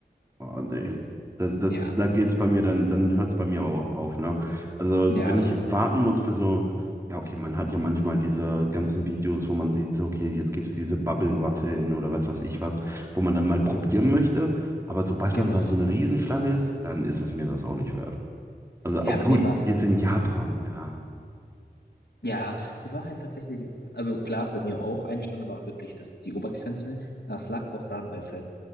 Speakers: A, on the right; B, on the left.
A: Oh, nee. Das, das
B: Ja,
A: ist, da geht's bei mir, dann, dann hört's bei mir aber auch auf, ne? Also,
B: ja,
A: wenn ich warten muss für so, ja, okay, man hat ja manchmal diese ganzen Videos, wo man sieht, so, okay, jetzt gibt's diese Bubble-Waffeln oder was weiß ich was, wo man dann mal probieren möchte, aber sobald
B: genau.
A: dann da so eine Riesenschlange ist, dann ist es mir das auch nicht wert. Also,
B: Ja,
A: oh,
B: bei
A: gut,
B: mir war es
A: jetzt
B: halt,
A: in Japan, ja.
B: ja, das war halt tatsächlich, also klar, bei mir auch, eine Stunde war wirklich das, die Obergrenze. Das lag auch daran, weil es halt